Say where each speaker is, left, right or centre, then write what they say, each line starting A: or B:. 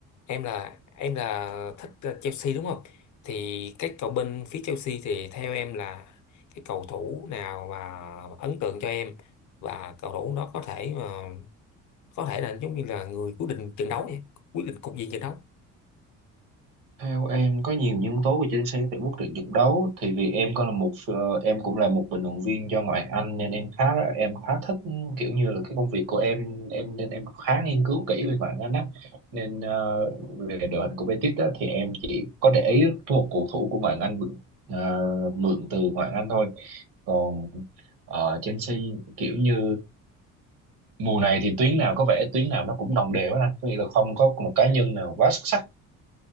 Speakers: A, on the left (about 60°); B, on the right (about 75°).
A: em là em là thích à, Chelsea đúng không thì cái cầu bên phía Chelsea thì theo em là cái cầu thủ nào mà ấn tượng cho em và cầu thủ đó có thể mà có thể là giống như là người quyết định trận đấu vậy quyết định cục diện trận đấu
B: Theo em có nhiều nhân tố của chính xác tại quyết định trận đấu thì vì em còn là một ờ, em cũng là một bình luận viên cho ngoại Anh nên em khá em khá thích kiểu như là cái công việc của em em nên em khá nghiên cứu kỹ về ngoại Anh á nên ờ, về đội hình của Betis đó thì em chỉ có để ý một cầu thủ của ngoại Anh mượn ờ, mượn từ ngoại Anh thôi còn ờ, Chelsea kiểu như mùa này thì tuyến nào có vẻ tuyến nào nó cũng đồng đều hết anh có nghĩa là không có một cá nhân nào quá xuất sắc